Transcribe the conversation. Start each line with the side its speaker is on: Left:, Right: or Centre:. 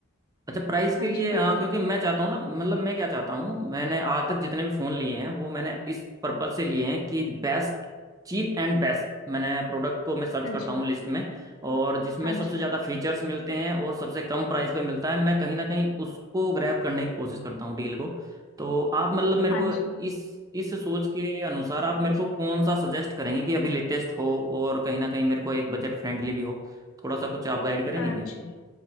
Right: अच्छा प्राइस के
Left: हाँ
Right: लिए
Left: जी बताएं
Right: हाँ क्योंकि मैं चाहता हूँ ना मतलब मैं क्या चाहता हूँ मैंने आज तक जितने भी फ़ोन लिए हैं वो मैंने इस पर्पज से लिए हैं कि बेस्ट चीप एंड बेस्ट मैंने प्रोडक्ट को मैं सर्च
Left: हाँ
Right: करता
Left: जी
Right: हूँ लिस्ट में और जिसमें
Left: हाँ
Right: सबसे
Left: जी
Right: ज़्यादा फीचर्स मिलते हैं और सबसे कम प्राइस पे मिलता है मैं कहीं ना कहीं उसको ग्रैब करने की कोशिश करता हूँ डील को तो आप मतलब मेरे
Left: हाँ
Right: को
Left: जी
Right: इस इस सोच के अनुसार आप मेरे को कौन सा सजेस्ट करेंगे कि अभी लेटेस्ट हो और कहीं ना कहीं मेरे को एक बजट फ्रेंडली भी हो थोड़ा सा कुछ आप गाइड करेंगे
Left: हाँ
Right: क्या
Left: जी